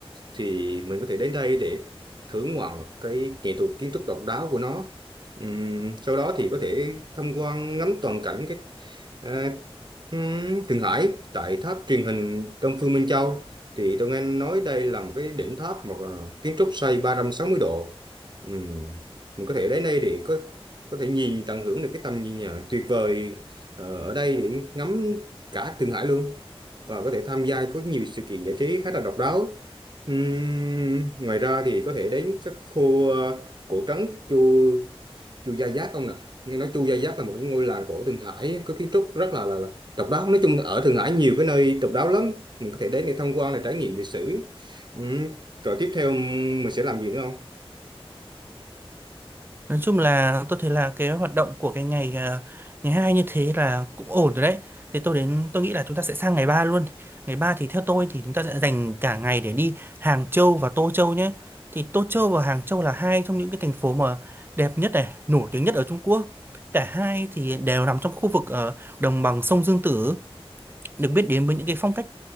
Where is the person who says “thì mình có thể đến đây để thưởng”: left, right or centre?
Right